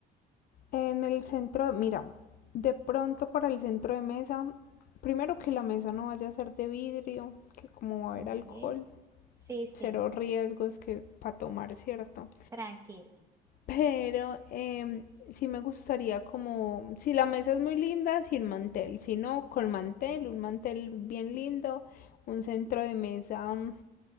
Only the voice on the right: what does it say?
Ok,
sí, sí,
tranquilo.